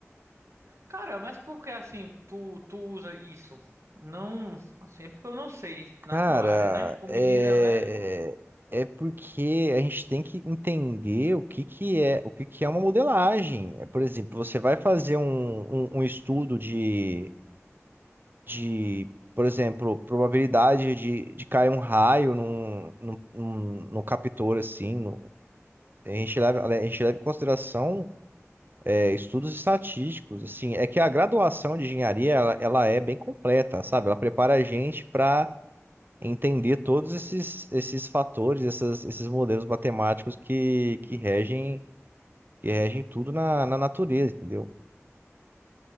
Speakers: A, on the right; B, on the right.
A: Cara, mas por que assim tu, tu usa isso? Não, assim, é porque eu não sei
B: Cara,
A: na tua área, né? Como
B: é,
A: engenheiro elétrico,
B: é porque a gente tem que entender o que que é, o que que é uma modelagem. É, Por exemplo, você vai fazer um, um, um estudo de, de, por exemplo, probabilidade de, de cair um raio num, num, num- no captor, assim. no- a gente leva, a gente leva em consideração é, estudos estatísticos, assim. É que a graduação de engenharia, ela, ela é bem completa, sabe? Ela prepara a gente para entender todos esses, esses fatores, essas, esses modelos matemáticos que, que regem, que regem tudo na, na natureza, entendeu?